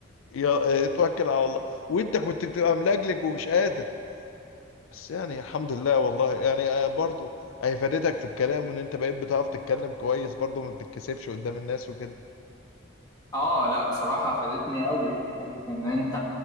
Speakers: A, on the left; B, on the left.
A: يا آه، توكل على الله وانت كنت بتبقى ملجلج ومش قادر بس يعني الحمد لله والله يعني آه، برضو هي فادتك في الكلام وان انت بقيت بتعرف تتكلم كويس برضو ما بتتكسفش قدام الناس وكده
B: اه لا بصراحة فادتني قوي يعني فكرة ان انت